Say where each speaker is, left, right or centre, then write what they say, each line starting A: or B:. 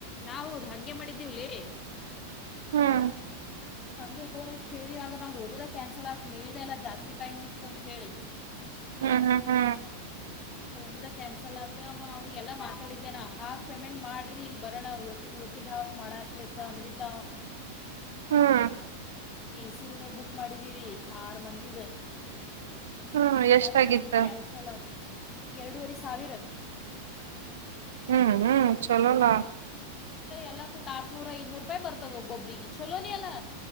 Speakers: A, on the left; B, on the right.
A: ನಾವ್ ಹಂಗೆ ಮಾಡಿದ್ದೀವಲೇ
B: ಹ್ಮ್
A: ನಂಗೆ ಹೋ ಇಷ್ಟ್ ಕೇಳಿವವ ಅ ನಾ ಹೋಗೋದ ಕ್ಯಾನ್ಸಲ್ ಆಗ್ತ ಹೇಳಿದೆ ಎಲ್ಲ ಜಾತ್ರಿ ಟೈಮ್ ಇತ್ತ ಅಂತ ಹೇಳ
B: ಹ್ಮ್ ಹ್ಮ್ ಹ್ಮ್
A: ಹೋಗುದ ಕ್ಯಾನ್ಸಲ್ ಆತ್ರ ಅವ್ನಿಗೆಲ್ಲಾ ಮಾತಾಡಿದ್ದೇನ ಹಾಫ್ ಪೇಮೆಂಟ್ ಮಾಡ ಡಿ ಬರಾಣ ಹಾಫ್ ಮಾಡತ್ ಇತ್ ಅಂಬಿದ್ದ
B: ಹ್ಮ್
A: ಎ ಸಿ ರೂಮೇ ಬುಕ್ ಮಾಡಿದ್ದೀವಿ ಆರ್ ಮಂದಿದ
B: ಹ್ಮ್ ಎಷ್ಟಾಗಿತ್ತ
A: ಮ ಹೋಗು ಟೆನ್ಸಲ್ ಆತ್ತು ಎರಡುವರೆ ಸಾವಿರ
B: ಹ್ಮ್ ಹ್ಮ್ ಚಲೋಣ
A: ಎಲ್ಲ ಕ ಕು್ ಆತ್ನೂರ ಐನೂರು ರೂಪಾಯಿ ಬರ್ತದ ಒಬ್ಬೊಬ್ರಿಗೆ ಚಲೋನ ಅಾ